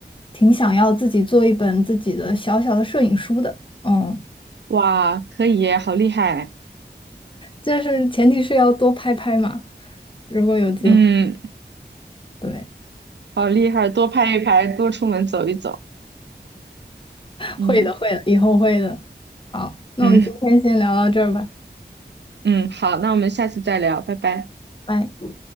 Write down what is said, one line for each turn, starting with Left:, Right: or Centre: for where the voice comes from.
Left: 挺想要自己做一本自己的小小的摄影书的，嗯，
Right: 哇，可以耶好厉害，
Left: 但是前提是要多拍拍嘛，如果有机会，
Right: 嗯，
Left: 对，
Right: 好厉害，多拍一拍，多出门走一走，嗯
Left: 会的，会的，以后会的。好，那我们今天先聊到这儿吧，
Right: 嗯。嗯，好，那我们下次再聊，拜拜。
Left: 拜。